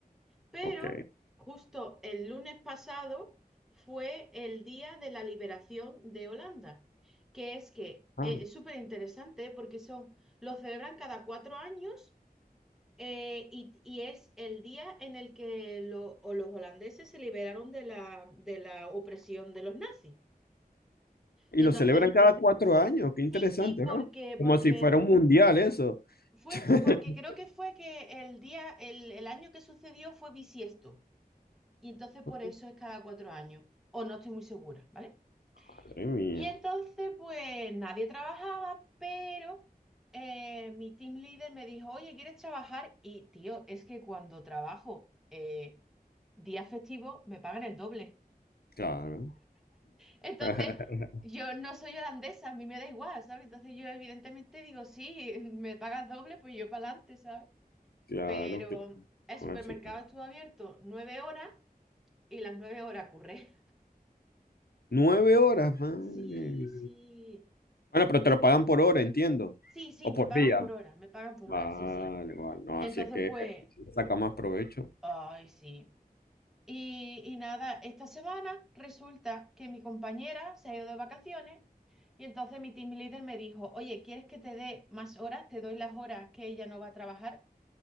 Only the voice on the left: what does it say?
Ok.
Ah,
Y
lo
celebran cada cuatro años, qué interesante,
¿no? Como
si fuera un mundial eso.
<laughs>
Ah,
Madre mía,
claro.
<laughs>
Claro
que
con
eso está.
Nueve horas, madre.
mía.
Bueno, pero te lo pagan por hora, entiendo.
O
por
día.
Vale,
vale, no,
así es que
saca más provecho.